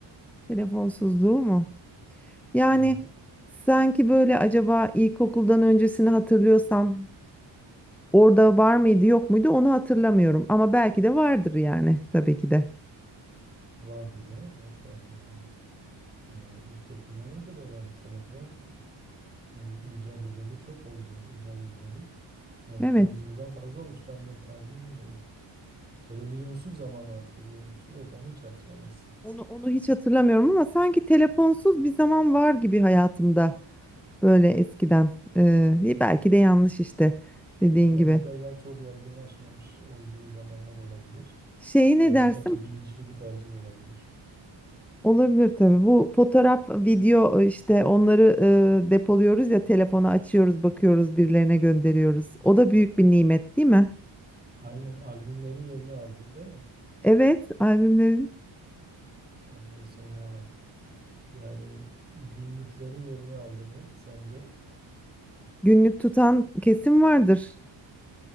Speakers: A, in the centre; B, on the right.
A: Telefonsuzluğu mu? Yani
B: Ee,
A: sanki böyle acaba ilkokuldan öncesini hatırlıyorsam orada var mıydı yok muydu onu hatırlamıyorum. Ama belki de vardır yani tabii ki de.
B: vardı canım hep vardı yani. Ee, ilkokuldan önce de vardı telefon. e, icat edeli çok oldu icat edileli. Belki
A: Evet.
B: 100 yıldan fazla olmuş tam net tarihini bilmiyorum. Televizyonsuz zamanı hatırlıyor musun? Yok onu hiç hatırlamazsın.
A: Onu onu hiç hatırlamıyorum ama sanki telefonsuz bir zaman var gibi hayatımda. Böyle eskiden. Ee,
B: Hmm.
A: belki de yanlış işte dediğin
B: Olabilir.
A: gibi.
B: Belki yani çok yaygınlaşmamış olduğu zamanlar olabilir.
A: Şeyi ne
B: Ya
A: dersin?
B: da belki bilinçli bir tercih olabilir.
A: Olabilir tabii. Bu fotoğraf, video e, işte onları e, depoluyoruz ya telefonu açıyoruz, bakıyoruz, birilerine gönderiyoruz. O da büyük bir nimet değil mi?
B: Aynen albümlerin yerini aldı, değil mi?
A: Evet, albümlerin
B: Ondan sonra yani günlüklerin yerini aldı mı sence?
A: günlük tutan kesim vardır.